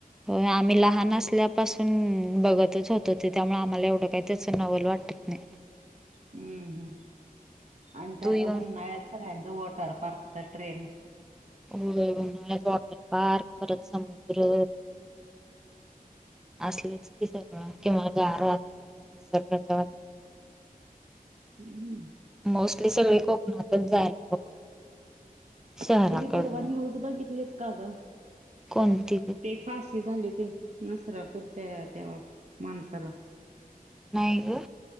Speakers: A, in the centre; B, on the right.
A: हो आम्ही लहान असल्यापासून बघतच होतो ते, त्यामुळे आप मला एवढं काही त्याच नवल वाटत नाय.
B: हम्म हम्म आणि त्या
A: तू येऊन
B: त उन्हाळ्यात सगळ्यान वॉटर पार्कच ट्रेंड.
A: होय वॉटर पार्क परत समुद्र. असलेच. सगळं किंवा गार वातावरणात निसर्गाच्या.
B: हम्म.
A: मोस्टली सगळे कोकणातच जायला बघतात. शहराकडनं
B: तुही परवा न्यूज बघितलीस का ग?
A: कोणती ग?
B: ते फाशी झाली ते नसरापूरच्या त्या माणसाला.
A: नाही ग